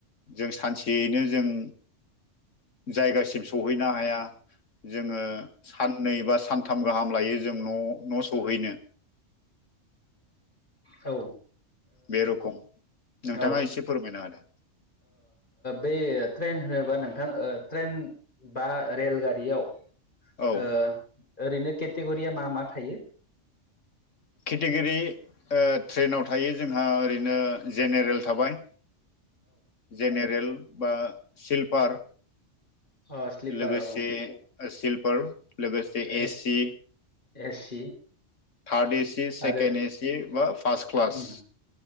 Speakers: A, on the left; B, on the left.
A: जों सानसेयैनो जों। जायगासिम सौहैनो हाया जोङो साननै बा। सथाम गाहाम लायो जों न' न' सहैनो।
B: औ।
A: बे रखम। नोंथाङा
B: औ
A: एसे फोरमायना होदो
B: बे ट्रेन होन बा नोंथां ट्रेन बा रेलगारियाव
A: औ
B: ओ ओरैनो। केटेगुरिया मा मा थायो।
A: केटगिरि ट्रेनाव थायो जोंहा ओरैनो जेनेरेल थाबाय जेनेरेल बा सिल्पार।
B: औ स्लिपार
A: लोगोसेनो
B: औ
A: सिल्प। लोगोसे
B: S
A: AC
B: AC
A: third AC सेकेन्ड
B: आरो
A: एसि बा फार्स्ट क्लास
B: उम